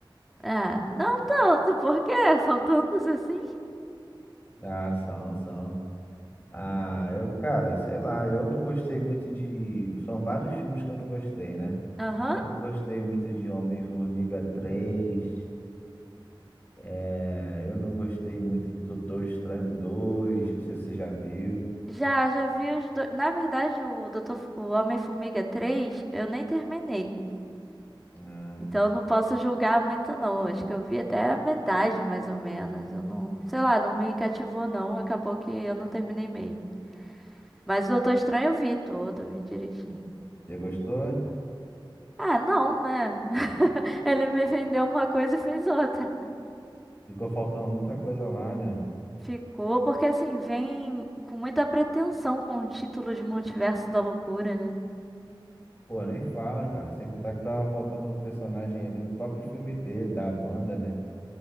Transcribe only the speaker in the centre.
Ah, não tanto, <laughs> porque são tantos assim.
Aham.
Já, já vi os dois. Na verdade, o Doutor... F- o Homem-Formiga três, eu nem terminei.
Então eu não posso julgar muito, não. Acho que eu vi até a metade, mais ou menos. Eu não, sei lá, não me cativou, não. Acabou que eu não terminei mesmo. Mas o Doutor Estranho eu vi todo, eu vi direitinho.
Ah, não, né? <laughs> Ele me vendeu uma coisa e fez outra.
Ficou, porque assim, vem com muita pretensão com o título de Multiverso da Loucura, né?